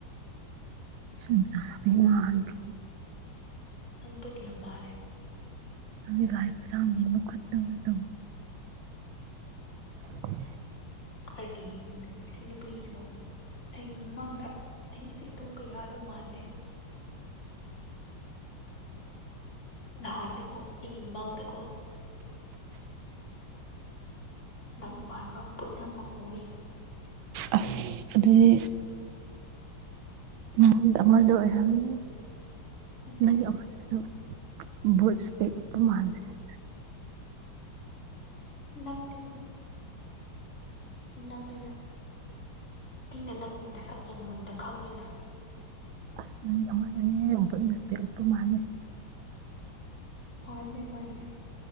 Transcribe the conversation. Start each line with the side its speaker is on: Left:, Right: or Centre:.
Right: ꯍꯤꯡꯆꯥꯕꯤ ꯃꯥꯟꯕꯤ
Left: ꯅꯪ ꯕꯨꯠ ꯌꯥꯝ ꯃꯥꯜꯂꯦ
Right: ꯅꯪꯗꯤ ꯂꯥꯏ ꯈꯨꯠꯁꯥꯡꯕꯤ ꯃꯈꯨꯠꯇꯨꯝ ꯇꯧ <unintelligible>
Left: ꯀꯔꯗꯤꯅ‌ꯣꯅ‌ꯦ ꯑꯁꯤ ꯅꯨꯄꯤꯁꯤꯕꯣ ꯑꯩꯒꯤ ꯃꯪꯗ ꯑꯩ ꯉꯁꯤ ꯇꯨꯝꯕ ꯌꯥꯗꯣꯏ ꯃꯥꯟꯗꯦ ꯅꯍꯥꯟꯗꯨꯒꯣ ꯑꯩꯒꯤ ꯃꯪꯗꯒꯣ ꯅꯪ ꯃꯥꯟꯕ ꯕꯨꯠ ꯑꯃ ꯎꯋꯦ
Right: ꯑꯁ ꯑꯗꯨꯗꯤ ꯅꯪ ꯑꯃꯗ‌ꯣ ꯑꯣꯏꯔꯝꯅꯤ
Left: ꯅꯠꯇꯦ
Right: ꯅꯪꯒꯤ
Left: ꯅꯠꯇꯦ
Right: ꯑꯅ‌ꯣꯛꯇꯨ ꯕꯨꯠ ꯏꯁꯄ‌ꯦꯛ ꯎꯞꯄ ꯃꯥꯥꯟꯕꯅ‌ꯦ
Left: ꯅꯪꯗꯤ ꯅꯪꯅꯤꯗ ꯑꯩꯅ ꯅꯪꯒꯤ ꯅꯁꯝ ꯌꯥꯝ ꯃꯨꯟꯅ ꯈꯪꯉꯤꯅ
Right: ꯑꯁ ꯅꯪꯒꯤ ꯑꯃꯗꯨꯅꯦ ꯕꯨꯠꯅ ꯏꯁꯄꯦꯛ ꯎꯞꯄ ꯃꯥꯜꯂ‌ꯦ
Left: ꯃꯥꯅꯦ ꯃꯥꯅꯦ